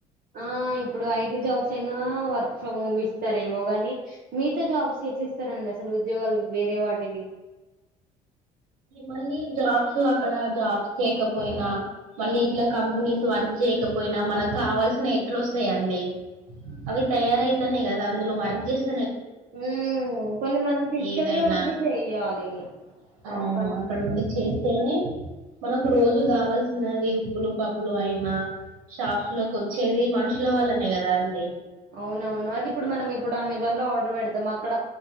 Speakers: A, on the right; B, on the right.
A: ఆ ఇప్పుడు ఐటి జాబ్స్ అయినా వర్క్ ఫ్రమ్ హోమ్ ఇస్తారేమో గానీ మీతో జాబ్స్ ఎట్లా ఇస్తారండి అసలు ఉోగాలు వేరే వార్టివి
B: మళ్ళీ జాబ్స్ అక్కడ జాబ్స్ చేయకపోయినా మళ్ళీ ఇట్లా కంపెనీస్ వర్క్ చేయకపోయినా మనకు కావాల్సినవి ఎట్లు వస్తాయండి అవి తయారయితానేయి కదా అందులో వర్క్ చేస్త
A: ఉ కొన్ని మనం ఫిజికల్గా
B: ఏదైనా
A: ఉండి చెయ్యాలి
B: అవును
A: పన్
B: అక్కడ ఉండి చే అనే మనకు రోజు కావాల్సినది ఉప్పులు పప్పులు అయినా షాప్స్ లోకి వచ్చేది మనుషుల వల్లనే కదా అండి
A: అవునవును అది ఇప్పుడు మనం ఇప్పుడు అమెజాన్ లో ఆర్డర్ పెడతాం అక్కడ